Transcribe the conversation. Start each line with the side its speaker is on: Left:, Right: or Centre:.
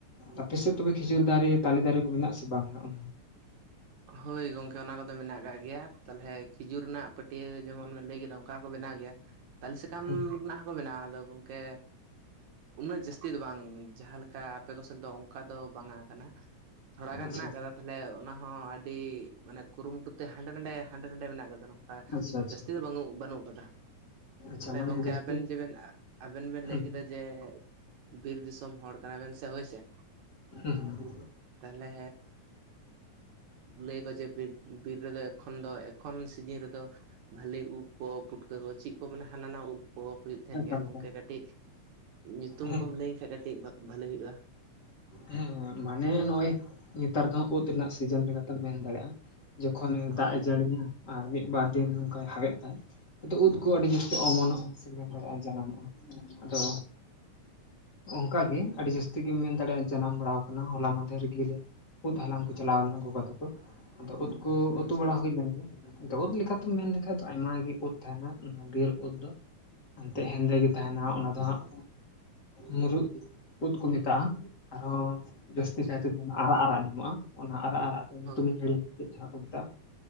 Left: ᱟᱯᱮ ᱥᱮᱫ ᱛᱚᱵᱮ ᱠᱷᱤᱡᱩᱨ ᱫᱟᱨᱮ ᱛᱟᱞᱮ ᱫᱟᱨᱮ ᱠᱚ ᱢᱮᱱᱟᱜ ᱥᱮ ᱵᱟᱝ ᱚᱱᱟ?
Right: ᱦᱳᱭ ᱜᱚᱝᱠᱮ ᱚᱱᱟ ᱠᱚᱫᱚ ᱢᱮᱱᱟᱜ ᱟᱠᱟᱟᱜ ᱜᱮᱭᱟ ᱛᱟᱦᱚᱞᱮ ᱠᱷᱤᱡᱩᱨ ᱨᱮᱱᱟᱜ ᱯᱟᱹᱴᱭᱟᱹ ᱡᱮᱢᱚᱱ ᱵᱮᱱ ᱞᱟᱹᱭ ᱠᱮᱫᱟ ᱚᱱᱠᱟ ᱠᱚ ᱵᱮᱱᱟᱣ ᱜᱮᱭᱟ ᱛᱟᱞᱮ ᱥᱟᱠᱟᱢ
Left: ᱦᱮᱸ
Right: ᱨᱮᱱᱟᱜ ᱦᱚᱸᱠᱚ ᱵᱮᱱᱟᱣᱟ ᱟᱫᱚ ᱠᱮ ᱩᱱᱟᱹᱜ ᱡᱟᱹᱥᱛᱤ ᱫᱚ ᱵᱟᱝ ᱡᱟᱦᱟᱸ ᱞᱮᱠᱟ ᱟᱯᱮ ᱠᱚ ᱥᱮᱱ ᱫᱚ ᱚᱠᱟ ᱫᱚ ᱵᱟᱝᱟ ᱟᱜ ᱠᱟᱱᱟ ᱛᱷᱚᱲᱟ ᱜᱟᱱ
Left: ᱟᱪᱪᱷᱟ
Right: ᱦᱮᱱᱟᱜ ᱟᱠᱟᱫᱟ ᱛᱟᱦᱚᱞᱮ ᱚᱱᱟ ᱦᱚᱸ ᱟᱹᱰᱤ ᱢᱟᱱᱮ ᱠᱩᱨᱩᱢᱩᱴᱩ ᱛᱮ ᱦᱟᱸᱰᱮ ᱱᱟᱰᱮ ᱦᱟᱸᱰᱮ ᱱᱟᱰᱮ ᱢᱮᱱᱟᱜ ᱠᱟᱫᱟ ᱱᱚ᱾ ᱟᱨ
Left: ᱟᱪᱪᱷᱟ ᱟᱪᱪᱷᱟ ᱟᱪᱪᱷᱟ
Right: ᱡᱟᱹᱥᱛᱤ ᱫᱚ ᱵᱟ ᱵᱟᱹᱱᱩᱜ ᱟᱠᱟᱫᱟ᱾
Left: ᱟᱪᱪᱷᱟ
Right: ᱛᱟᱦᱞᱮ
Left: ᱢᱟᱱᱮ
Right: ᱜᱚᱝᱠᱮ
Left: ᱡᱟᱹᱥᱛᱤ
Right: ᱟᱵᱮᱱ ᱡᱮᱵᱮᱱ ᱟᱵᱮᱱ ᱵᱮᱱ
Left: ᱦᱮᱸ
Right: ᱞᱟᱹᱭ ᱠᱮᱫᱟ ᱡᱮ ᱵᱤᱨ ᱫᱤᱥᱚᱢ ᱦᱚᱲ ᱠᱟᱱᱟ ᱵᱮᱱᱥ ᱦᱳᱭ ᱥᱮᱮ
Left: ᱦᱩᱸ ᱦᱩᱸ
Right: ᱛᱟᱦᱚᱞᱮ ᱞᱟᱹᱭᱟᱠᱚ ᱡᱮ ᱵᱤᱨ ᱵᱤᱨ ᱨᱮᱫᱚ ᱮᱠᱷᱚᱱ ᱫᱚ ᱮᱠᱷᱚᱱ ᱥᱤᱡᱤᱱ ᱨᱮᱫᱚ ᱵᱟᱹᱞᱤ ᱩᱵ ᱠᱚ ᱯᱩᱴᱠᱟᱹ ᱠᱚ ᱪᱮᱫ ᱠᱚ ᱢᱟᱱᱮ ᱦᱟᱱᱟ ᱱᱟᱭᱟ ᱩᱵ ᱠᱚ ᱦᱩᱭᱩᱜ- ᱛᱟᱦᱮᱱ
Left: ᱮᱠᱟᱞ
Right: ᱜᱮᱭᱟ ᱜᱚᱝᱠᱮ
Left: ᱮᱠᱟᱞ
Right: ᱠᱟᱹᱴᱤᱡ ᱧᱩᱛᱩᱢ
Left: ᱦᱮᱸ
Right: ᱠᱚᱢ ᱞᱟᱹᱭᱟᱹᱤᱧ ᱠᱷᱟᱱᱡ ᱠᱟᱹᱴᱤᱡ ᱵᱟᱹᱞᱮ ᱦᱩᱭᱩᱜᱼᱟ
Left: ᱦᱮᱸ ᱢᱟᱱᱮ ᱱᱚᱜ ᱚᱭ ᱱᱮᱛᱟᱨ ᱫᱚ ᱩᱫ ᱨᱮᱱᱟᱜ ᱥᱤᱡᱮᱱ ᱞᱮᱠᱟ ᱛᱮ ᱢᱮᱱ ᱫᱟᱲᱮᱭᱟᱜᱼᱟ ᱡᱚᱠᱷᱚᱱ
Right: ᱦᱳᱭ
Left: ᱫᱟᱜ ᱮ ᱡᱟᱹᱲᱤᱭᱟ ᱟᱨ ᱢᱤᱫ ᱵᱟᱨ ᱫᱤᱱ ᱚᱱᱠᱟᱭ ᱦᱟᱨᱮᱫ ᱛᱟᱭ ᱟᱫᱚ ᱩᱫ ᱠᱚ ᱟᱹᱰᱤ ᱡᱟᱹᱥᱛᱤ ᱚᱢᱚᱱᱚᱜᱼᱟ ᱥᱮ ᱢᱮᱱ ᱫᱟᱲᱮᱭᱟᱜᱼᱟ ᱡᱟᱱᱟᱢᱚᱜᱼᱟ ᱟᱫᱚ ᱚᱱᱠᱟ ᱜᱮ ᱟᱹᱰᱤ ᱡᱟᱹᱥᱛᱤ ᱜᱮᱢ ᱢᱮᱱ <unintelligible> ᱡᱟᱱᱟᱢ ᱵᱟᱲᱟ ᱟᱠᱟᱱᱟ ᱦᱚᱞᱟ ᱢᱥᱫᱷᱮᱨ ᱨᱮᱜᱮ ᱩᱫ ᱦᱟᱞᱟᱝ ᱠᱚ ᱪᱟᱞᱟᱣ ᱞᱮᱱᱟ ᱜᱚᱜᱚ ᱛᱟᱠᱚ ᱩᱫ ᱠᱚ ᱩᱛᱩ
Right: ᱟᱪᱪᱷᱟ
Left: ᱵᱟᱲᱟ
Right: ᱟᱪᱪᱷᱟ
Left: ᱦᱩᱭ ᱞᱮᱟᱱ ᱜᱮᱭ? ᱩᱫ ᱞᱮᱠᱟ ᱞᱮᱠᱟᱛᱮᱢ ᱢᱮᱱ ᱞᱮᱠᱷᱟᱡ ᱫᱚ ᱟᱭᱢᱟ ᱜᱮ ᱩᱫ ᱛᱟᱦᱮᱱᱟ ᱵᱤᱨ ᱩᱫ ᱫᱚ᱾ ᱮᱱᱛᱜ ᱦᱮᱸᱫᱮ ᱜᱮ ᱛᱟᱦᱮᱱᱟ, ᱚᱱᱟ ᱫᱚ ᱦᱟᱸᱜ ᱢᱩᱨᱩᱫ ᱩᱫ ᱠᱚ ᱢᱮᱛᱟᱜᱼᱟ᱾ ᱟᱨᱦᱚᱸ ᱡᱟᱹᱥᱛᱤ
Right: ᱟᱪᱪᱷᱟ
Left: ᱠᱟᱭ ᱛᱮᱫᱚ ᱟᱨᱟᱜ ᱟᱨᱟᱜ ᱧᱟᱢᱚᱜᱼᱟ ᱚᱱᱟ ᱟᱨᱟᱜ ᱟᱨᱟᱜ ᱫᱚ ᱧᱩᱛᱩᱢ
Right: ᱦᱳᱭ
Left: ᱤᱧ ᱦᱤᱲᱤᱧ ᱪᱮᱫ ᱡᱟᱦᱟᱸ ᱠᱚ ᱢᱮᱛᱟᱜᱼᱟ